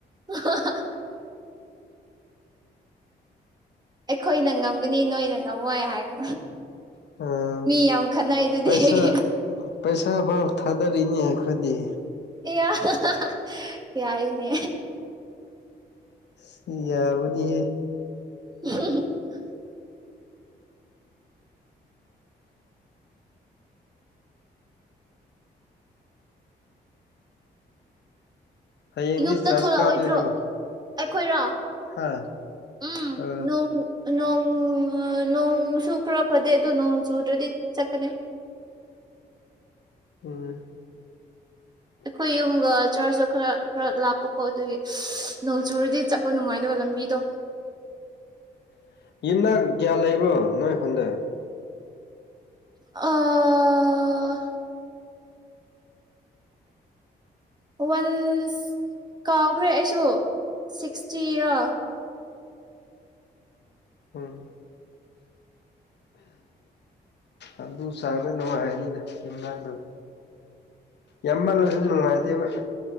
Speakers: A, on the right; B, on the left.
A: ꯑ ꯑꯩꯈꯣꯏꯅ ꯉꯝꯒꯅꯤ ꯅꯣꯏꯅ ꯉꯝꯃꯣꯏ ꯍꯥꯏꯒ
B: ꯑꯥ
A: ꯃꯤ ꯌꯥꯝ ꯈꯠꯅꯩ ꯑꯗꯨꯗꯤ
B: ꯄꯩꯁꯥ
A: ꯑꯩ
B: ꯄꯩꯁꯥ ꯐꯥꯎ ꯊꯥꯗꯔꯤꯅꯦ ꯑꯩꯈꯣꯏꯗꯤ
A: ꯀ ꯀꯌꯥꯏꯅꯦ
B: ꯁꯤ ꯌꯥꯕꯗꯤ
A: <unintelligible>
B: ꯍꯌꯦꯡꯗꯤ
A: ꯌꯨꯝꯇ
B: ꯆꯥꯔꯖ
A: ꯊꯣꯛꯂꯛꯑꯣꯏꯗ꯭ꯔꯣ
B: ꯀꯥꯗꯣꯏꯔꯣ
A: ꯑꯩꯈꯣꯏꯔꯣ
B: ꯍꯥ
A: ꯎꯝꯣꯡꯣꯡ
B: ꯑ
A: ꯅꯣꯡꯁꯨ ꯈꯔ ꯐꯗꯦ ꯑꯗꯨꯗ ꯅꯣꯡ ꯆꯨꯗ꯭ꯔꯗꯤ ꯆꯠꯀꯅꯤ
B: ꯑ ꯎ
A: ꯑꯩꯈꯣꯏ ꯌꯨꯝꯒ ꯆꯔꯆꯇ ꯈꯔ ꯈꯔ ꯂꯥꯞꯄꯀꯣ ꯑꯗꯨꯒꯤ ꯅꯣꯡꯆꯨꯔꯗꯤ ꯆꯠꯄ ꯅꯨꯡꯉꯥꯏꯗꯕ ꯂꯝꯕꯤ ꯗꯣ
B: <unintelligible> ꯌꯨꯝꯗ ꯒ꯭ꯌꯥꯟ ꯂꯩꯕ꯭ꯔꯣ ꯅꯣꯏ ꯑꯩꯈꯣꯟꯗ
A: ꯑ ꯋꯥꯟꯁ ꯀꯥꯎꯈ꯭ꯔꯦ ꯑꯩꯁꯨ ꯁꯤꯛꯁꯇꯤꯔꯣ
B: ꯎꯝ ꯑꯗꯨ ꯆꯥꯡꯅ ꯅꯨꯡꯉꯥꯏꯔꯅꯤꯅ ꯌꯨꯝꯅꯥꯛꯇꯕ ꯌꯥꯝꯃꯜꯂꯁꯨ ꯅꯨꯡꯉꯥꯏꯇꯦꯕ